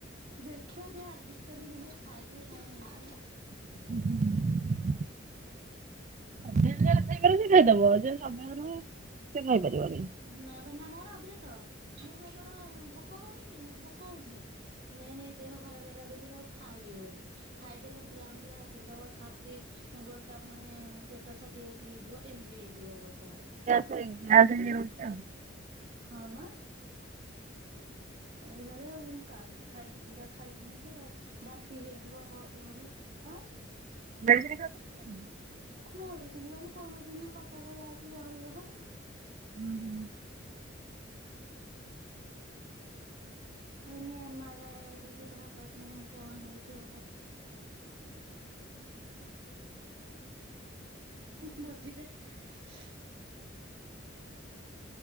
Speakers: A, on the right; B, on the right.
A: ଦେଖିଆ ଆଡଜଷ୍ଟ କରି ଦେଖିଆ ଖାଇଦିଏ କଣ ହଉଛି।
B: <inaudible> ଖାଇପାର ସେ ଖାଇଦବ ସେ ଖାଇପାରିବନ <inaudible>
A: ନା ବା ନା ମୋର ଅଭ୍ୟାସ ମୁଁ କେବଳ ଭୋକ ହଉନି କି ମତେ ଭୋକ ହଉଛି ମେନ ଦେହ ଖରାପ ହେଲା ଦିନରୁ ଆଉ ଖାଇ ହଉନି ଖାଇଦେଲେ ଖାଲି ଆମ୍ବିଳ ହାକୁଟି ଦେବ ଛାତି ଗୋଟାପଣେ ପେଟ ଛାତି ଏକ ହେଇଯିବ ଏମିତି ହେଇଯିବ ଅବସ୍ଥା ମୋର।
B: <unintelligible>
A: ହଁ ବା। ଏଭଳିଆ ଆଉ କାହିଁକି ଖାଇକି ଦିଟା ଖାଇବୁନି ତ ବାନ୍ତି ହେଇଯିବ ବହେ ବହେ। ଆଁ
B: <unintelligible>
A: ମେଡିସିନ କଣ ମୁଁ କହୁଥିଲି ନା କଟକ ଯାଉଛି ବାର ବାର।
B: <inaudible>
A: ନା ମୁଁ ଏମ ଆର ଆଇ କଲି ଦେଖିବା ପାଇଁ କାମ ଦେଇଛି ବୋଲି <unintelligible> <unintelligible>